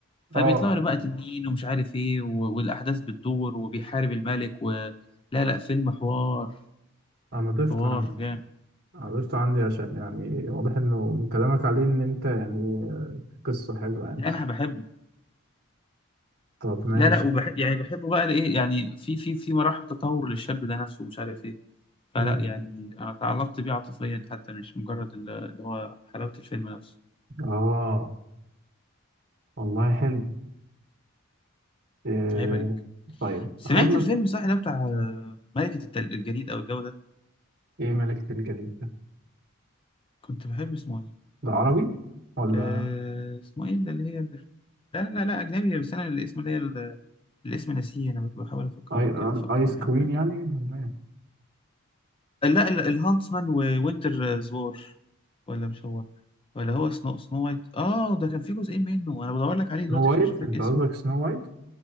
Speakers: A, on the left (about 25°); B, on the right (about 50°).
A: فبيطلع
B: اه
A: له بقى تنين ومش عارف ايه و... والاحداث بتدور وبيحارب الملك و... لا لا فيلم حوار
B: انا ضفته
A: حوار
B: عندي
A: جامد
B: عرفته عندي عشان يعني واضح انه من كلامك عليه ان انت يعني آه، في قصة حلوة يعني
A: لا، انا بحبه
B: طب ماشي
A: لا لا وبح... يعني بحبه بقى لايه يعني في في في مراحل تطور للشاب ده نفسه ومش عارف ايه فلا
B: مم.
A: يعني انا تعلقت بيه عاطفيا حتى مش مجرد اللي اللي هو حلاوة الفيلم نفسه
B: اه والله حلو إيه
A: هيبقى
B: طيب
A: سمعت
B: اخد لك
A: الفيلم صح ده بتاع آه، ملكة التل- الجليد أو الجو ده
B: ايه ملكة الجليد ده
A: كنت بحب اسمه إيه
B: ده عربي ولا
A: آه، اسمه إيه اللي اللي هي لا لا لا لا، أجنبي بس أنا الاسم اللي هي ال- الاسم ناسيه أنا بحاول أفكرك
B: اي
A: كده تفكرني
B: ايس كوين
A: أو حاجة
B: يعني ولا إيه؟
A: لا ال- الهانتسمان ووينتر آه، زوار ولا مش هو ولا هو سنو سنو وايت آه ده كان في جزئين منه أنا بدور لك عليه دلوقتي
B: سنو وايت
A: عشان أشوف
B: انت
A: لك اسمه
B: قصدك سنو وايت